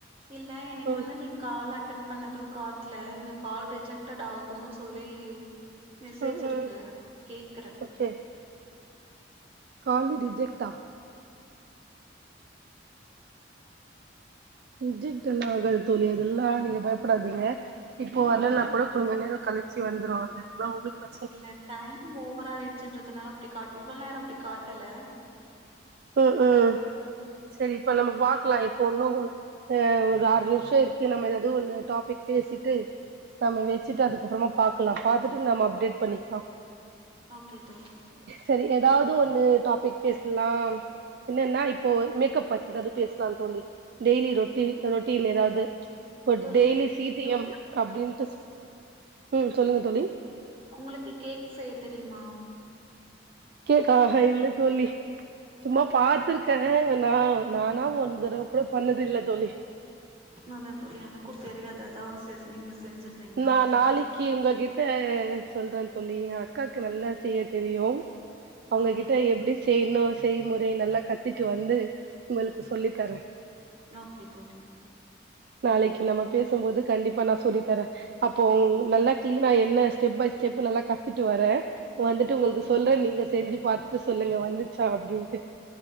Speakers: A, on the right; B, on the right.
A: இல்ல எனக்கு
B: ம்
A: வந்து நீங்க கால் அட்டன் பண்ணதூ காட்ல இந்த கால் ரிஜெக்டட் ஆகணுன்னு சொல்லி மெசேஜ்
B: ம்
A: இருக்கு
B: ம்
A: கேக்குற
B: ஓகே காலு ரிஜெக்ட்டா ரிஜெக்ட் எல்லா ஆகாது தோழி அதெல்லா நீங்க பயப்படாதீங்க இப்போ வர்லன்னா கூட கொஞ்ச நேர கழிச்சு வந்துரு அதுல்லா ஒன்னு பிர
A: இல்ல டைம் ஓவரா ஆயிடுச்சுன்றதுனால அப்டி காட்டி இவ்ளநேர அப்டி காட்டல
B: ம்
A: இப்பதா
B: ம் சரி இப்ப நம்ம பாக்கலா இப்போ ஒன்னு கொ ஆ ஒரு ஆறு நிமிஷ இருக்கு நம்ம ஏதாவது ஒன்னு டாப்பிக் பேசிட்டு நம்ம வச்சுட்டு அதுக்கப்புறமா பாக்கலா பாத்துட்டு நம்ம அப்டேட் பண்ணிக்கலா
A: ஓகே தோழி
B: சரி ஏதாவது ஒன்னு டாபிக் பேசலாம் என்னன்னா இப்போ மேக்கப் பத்தி ஏதாவ்து பேஸ்லா தோழி டெய்லி ரொட்டி ரொட்டீன் ஏதாவ்து இப்ப
A: தோழி
B: டெய்லி
A: எனக்கு
B: சி
A: ஒரே
B: டபிஎம்
A: ஒரு டவுட்டு
B: அப்டின்ட்டு ம் சொல்லுங்க தோழி
A: உங்ளுக்கு கேக் செய்ய தெரியுமா
B: கேக்கா இல்ல தோழி சும்மா பாத்துருக்க நா நானா ஒன் தரவ கூட பண்ணதுல்ல தோழி
A: அதா தோழி எனக்கு தெரியாது அதா சேர் நீங்க செஞ்சிருந்தீங்கன்னா
B: நா நாளைக்
A: கத்துக்கலா
B: கி உங்ககிட்ட சொல்ற தோழி அக்காக்கு நல்லா செய்ய தெரியு அவங்ககிட்ட
A: ஓகே தோழி
B: எப்டி செய்ணு செய்முறை நல்லா கத்திட்டு வந்து உங்களுக்கு சொல்லி தரே
A: ஓகே தோழி
B: நாளைக்கு நம்ம பேசும்போது கண்டிப்பா நா சொல்லி தரே அப்போ நல்லா கிளீனா என்ன ஸ்டெப் பை ஸ்டெப் நல்லா கத்துட்டு வரே வந்துட்டு உங்ளுக்கு
A: ஓகே
B: சொல்ற
A: தோழி
B: நீங்க செஞ்சு பாத்துட்டு சொல்லுங்க வந்துச்சா அப்டின்ட்டு